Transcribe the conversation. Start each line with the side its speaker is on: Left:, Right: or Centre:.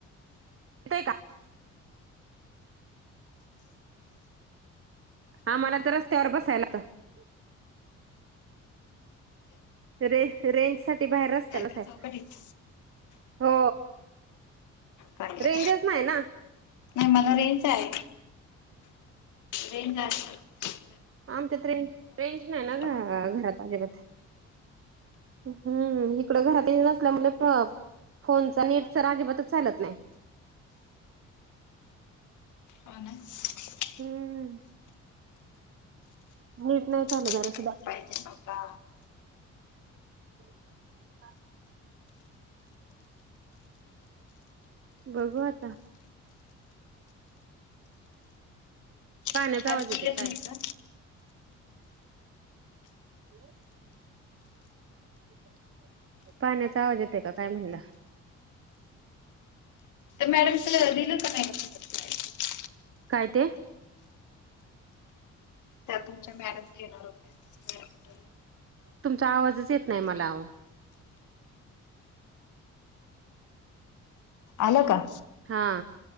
Right: येतोय का आम्हाला तर रस्त्यावर बसायलात रे रेंज साठी बाहेर रस्त्यालाच
Left: का
Right: आहे.
Left: चौकटीत
Right: हो
Left: चांगलंय
Right: रेंजच नाही ना.
Left: नाही मला रेंज आहे. रे जा <unintelligible>
Right: आमच्या ट्रेन ट्रेनच नाही ना घ
Left: मला
Right: घरात अजि <unintelligible> हम्म इकड घरात ये नसल्या मुळे प्र फोनच नेट तर अजिबातच चालत नाही.
Left: हो ना <unintelligible>
Right: हम्म हम हम. नीट नाही चालत
Left: नेट
Right: जरा सुद्धा.
Left: पाहिजे बाबा.
Right: ह <unintelligible> बघू आता. पाण्याचा
Left: ती बारकी
Right: आवाज येतोय
Left: येत
Right: काय
Left: नाही
Right: काय?
Left: का?
Right: ह <unintelligible> <unintelligible> पाण्याचा आवाज येतोय काय काय म्हणलं?
Left: मॅडम त दिलं का नाही? स्लाईड?
Right: काय ते?
Left: तुच्या म ये हो <unintelligible>
Right: तुमचा आवाजच येत नाही मला आहो.
Left: आलं का?
Right: हा.